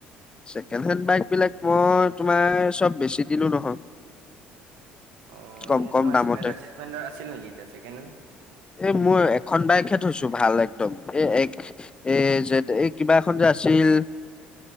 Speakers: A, on the left; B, on the right.
A: ছেকেণ্ড হেণ্ড বাইক বিলাক, মই তোমাৰ, চব বেছি দিলোঁ নহয়।
B: অ'!
A: কম
B: এনেই
A: কম
B: তোমাৰ,
A: দামতে।
B: স্প্লেণ্ডাৰ <unintelligible> আছিল নেকি, এতিয়া ছেকেণ্ড হেণ্ড?
A: এই মই, এখন বাইকহে থৈছোঁ, ভাল একদম। এ, এক এ, যে এই, কিবা এখন যে আছিল।